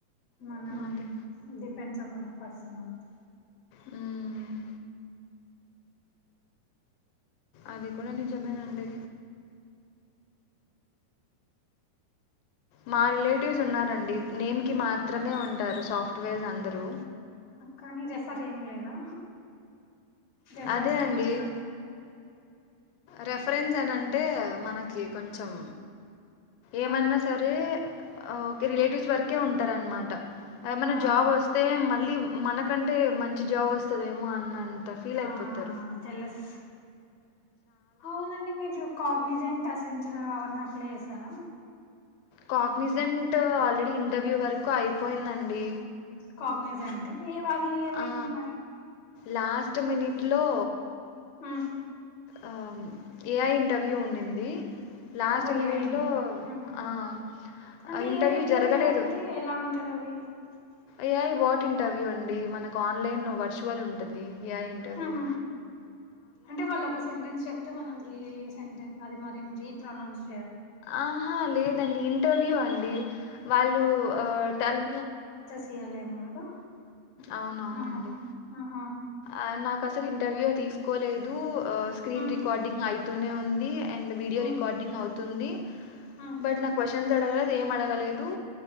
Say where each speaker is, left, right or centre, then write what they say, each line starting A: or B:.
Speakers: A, on the left; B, on the left.
A: మనం
B: అదే.
A: డిపెండ్స్ అపాన్ ద పర్సన్ అంతె.
B: హ్మ్. అది కూడా నిజమేనండి. మా రిలేటివ్స్ ఉన్నారండి నేమ్కి మాత్రమే ఉంటారు సాఫ్ట్వేర్స్ అందరూ.
A: కానీ రెఫర్ ఏం లేదా రెఫర్స్
B: అదే అండి.
A: ఏం అట్లాంటివి.
B: రెఫరెన్స్ అని అంటే మనకి కొంచెం ఏమన్నా
A: ఆ
B: సరే ఒక రిలేటివ్స్ వరకే ఉంటారన్మాట. ఏమన్న
A: ఆ
B: జాబ్ ఒస్తే మళ్ళీ మనకంటే మంచి జాబ్ ఒస్తదేమో అని అం త ఫీల్
A: ఆ
B: అయిపోతరు.
A: జెలస్ అవునండి మీరు కాగ్నిజెంట్ అసెంజర్ అవన్ని అప్లై యేసారా.
B: కాగ్నిజెంట్ ఆల్రెడీ ఇంటర్వ్యూ వరకు అయిపోయిందండి.
A: కాగ్నిజెంట్ ఏ అది ఏమైంది
B: ఆ
A: మరి.
B: లాస్ట్ మినిట్ లో
A: మ్మ్
B: ఆ ఏఐ ఇంటర్వ్యూ ఉండింది. లాస్ట్
A: ఓహో
B: మినిట్
A: ఏ ఐ ఉందా
B: లో
A: ఉహు
B: ఆ
A: అంటే
B: ఇంటర్వ్యూ
A: ఏ ఐ
B: జరగలేదు.
A: అంటే <unintelligible>
B: యా ఇది బాట్ ఇంటర్వ్యూ అండి మనకు ఆన్లైన్ లో వర్చువల్ ఉంటందీ. ఏఐ ఇంటర్వ్యు
A: ఉహు అంటే వాళ్లోక సెంటెన్స్ చెప్తే మనం రీ సెంటెన్ అది మరి రీ ప్రనౌన్స్
B: ఆహా లేదండి ఇంటర్వ్యూ
A: ఆ
B: అండీ వాళ్ళు ఆ టల్
A: తియాలేమో గదా
B: అవునవునండి
A: ఆహా ఆహా
B: ఆ నాక్ అసలు ఇంటర్వ్యూ యే తీస్కోలేదు స్క్రీన్
A: ఉమ్
B: రికార్డింగ్ అయితూనే ఉంది. అండ్ వీడియో
A: ఉమ్
B: రికార్డింగ్ అవుతుంది
A: ఉమ్
B: బట్ నాకు క్వశ్చన్స్ అడగలేదు ఏం అడగలేదు.